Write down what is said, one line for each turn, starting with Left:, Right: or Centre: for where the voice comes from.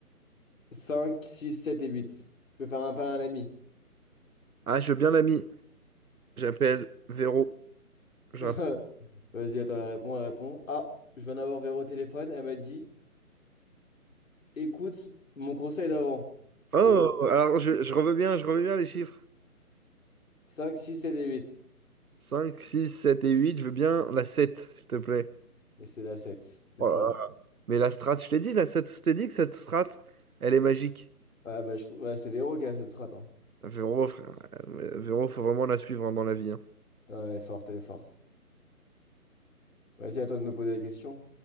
Left: 5, 6, 7 et 8. Tu peux faire un pain à l'ami
Right: Ah, je veux bien l'ami. J'appelle Véro. J'app-
Left: Vas-y. <laughs> Vas-y, attends, elle répond, elle répond. Ah, je viens d'avoir Véro au téléphone. Elle m'a dit, écoute mon conseil d'avant.
Right: Oh,
Left: Et ouais,
Right: alors je, je revois bien, je revois bien les chiffres.
Left: 5, 6, 7 et 8.
Right: 5, 6, 7 et 8. Je veux bien la sept, s'il te plaît.
Left: Et c'est la 7. C'est
Right: Oh
Left: fort.
Right: là là. Mais la strat, je t'ai dit, la sept. je t'ai dit que cette strat, elle est magique.
Left: Ouais, bah, je trouve- ouais, c'est Véro qui a cette strat. hein.
Right: Véro, frère. euh, Véro, faut vraiment la suivre hein, dans la vie. hein.
Left: Ouais, elle est forte, elle est forte. Vas-y, à toi de me poser la question.